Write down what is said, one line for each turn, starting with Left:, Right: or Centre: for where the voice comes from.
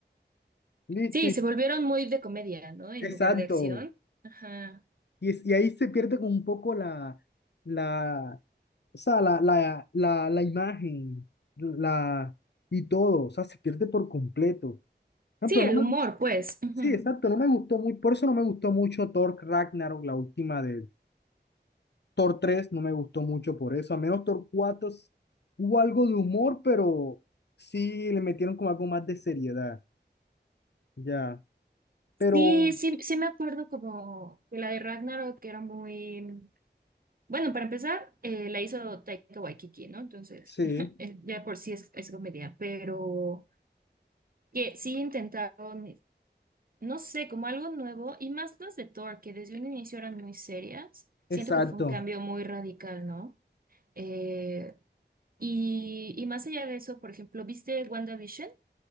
Left: Listo,
Right: Sí,
Left: y-
Right: se volvieron muy de comedia, ¿no? En
Left: exacto.
Right: lugar de acción. Ajá.
Left: Y, es- y ahí se pierde como un poco la la, O sea, la, la, la, la imagen, la, y todo, o sea, se pierde por completo. Por
Right: Sí,
Left: ejemplo,
Right: el
Left: no me
Right: humor,
Left: gustó,
Right: pues. Ujú.
Left: sí, exacto, no me gustó muy, por eso no me gustó mucho Thor Ragnarok, la última de Thor 3 no me gustó mucho por eso, a menos Thor 4 s- hubo algo de humor, pero sí le metieron como algo más de seriedad, ya, pero
Right: Sí, sí, sí me acuerdo como de la de Ragnarok, que era muy... Bueno, para empezar, eh, la hizo Taika Waititi, ¿no? Entonces,
Left: sí,
Right: <laughs> eh, ya por sí es, es comedia, pero que sí intentaron, no sé, como algo nuevo, y más las de Thor, que desde un inicio eran muy serias. Siento
Left: exacto.
Right: que fue un cambio muy radical, ¿no? Eh, y, y más allá de eso, por ejemplo, ¿viste WandaVision?